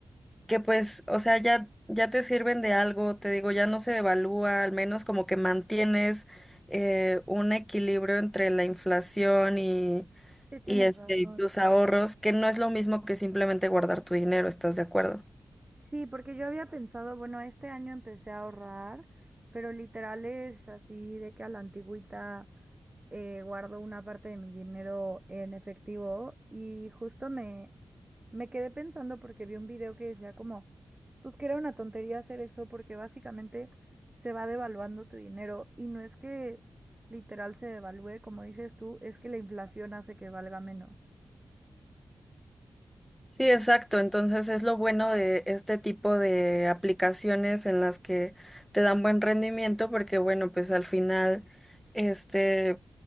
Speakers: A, in the centre; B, on the right.
A: que pues, o sea, ya, ya te sirven de algo, te digo, ya no se devalúa, al menos como que mantienes eh, un equilibrio entre la inflación y,
B: sí, tienes
A: y este,
B: razón.
A: y tus ahorros, que no es lo mismo que simplemente guardar tu dinero, ¿estás de acuerdo?
B: Sí, porque yo había pensado, bueno, este año empecé a ahorrar, pero literal es así de que a la antigüita eh, guardo una parte de mi dinero en efectivo y justo me, Me quedé pensando porque vi un video que decía como, pues que era una tontería hacer eso porque básicamente se va devaluando tu dinero y no es que literal se devalúe, como dices tú, es que la inflación hace que valga menos.
A: Sí, exacto. Entonces es lo bueno de este tipo de aplicaciones en las que te dan buen rendimiento porque, bueno, pues al final, este,